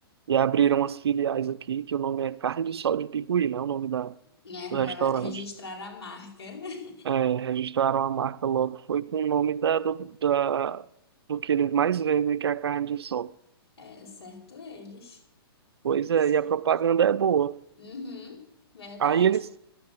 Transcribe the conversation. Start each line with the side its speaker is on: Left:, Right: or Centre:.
Right: e abriram as filiais aqui, que o nome é Carne de Sol de Picuí, né? O nome da,
Left: Né,
Right: do restaurante.
Left: já Registrar a marca. <laughs>
Right: É, registraram a marca logo, foi com o nome da, do, da, do que eles mais vendem, que é a carne de sol.
Left: É, certo eles.
Right: Pois é,
Left: Sim.
Right: e a propaganda é boa.
Left: Uhum, verdade.
Right: Aí eles